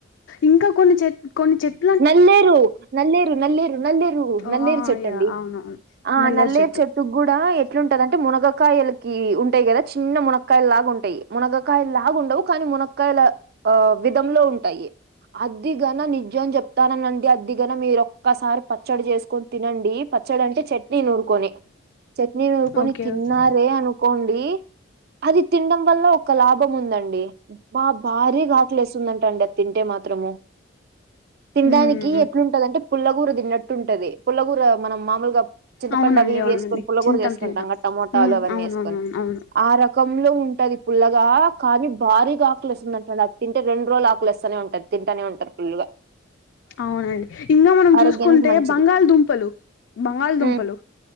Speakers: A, on the left (about 65°); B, on the right (about 50°).
A: ఇంకా కొన్ని చెట్ కొన్ని చెట్
B: నల్లేరు నల్లేరు నల్లేరు నల్లేరు
A: ఆ
B: నల్లేరు చెట్టండి
A: యా అవునవును
B: ఆ నల్లేరు
A: చెట్టు
B: చెట్ టు కూడా ఎట్లుంటదంటే అంటే మునగకాయలకి ఉంటాయి కదా చిన్న మునగక్కాయలు లాగా ఉంటాయి. మునగకాయ లాగాండవు కానీ మునక్కయల ఆ విధంలో ఉంటాయి అదిగాన నిజం చెప్తాననండి అద్దిగాన మీరు ఒక్కసారి పచ్చడి చేసుకో తినండి పచ్చడి అంటే చట్నీ నూరు కోని చట్నీ నూరుకొని
A: ఓకే
B: తిన్నారే
A: ఓకే
B: అనుకోండి అది తినడం వల్ల ఒక లాభం ఉందండి బా భారీగా ఆకులే వేసిందట అండి అది తింటే మాత్రము తినడానికి
A: ఉమ్
B: ఎట్లుంటద అంటే పుల్లగూర తిన్నట్టు ఉంటది పుల్లగూర మనం మామూలుగా చింతపండువి
A: అవునండి
B: ఇవి
A: అవునండి
B: వేసుకొని పుల్లకూర
A: చింతాం
B: చేసుకుంటాం
A: చింతాం
B: టమోటాలు
A: ఉమ్
B: అవన్నీ
A: అవునవునవును
B: వేసుకొని
A: అవును
B: ఆ రకంలో ఉ ఉంటది పుల్లగా కానీ భారీగా ఆకులేస్తుంది అంటడు అది తింటే రెండు రోజులు ఆకులిస్తనే ఉంటుంది తింటూనే ఉంటారు. ఫుల్లుగా
A: అవునండి ఇంకా మనం
B: ఆరోగ్యానికి
A: చూసుకుంటే
B: మంచిది
A: బంగా బంగాళాదుంపలు బంగాలదుంపలు
B: హ్మ్